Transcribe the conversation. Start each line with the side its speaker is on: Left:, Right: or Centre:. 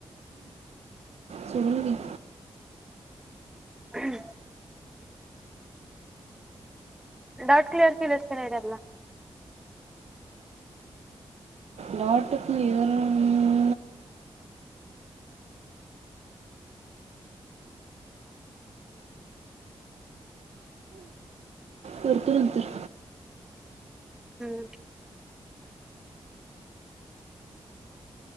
Right: सोडवलोय की.
Centre: हम्. डाउट क्लिअर किलीस काय नाही त्यातला?
Right: डाउट क्लीअर ममम करतो नंतर
Centre: हम्म.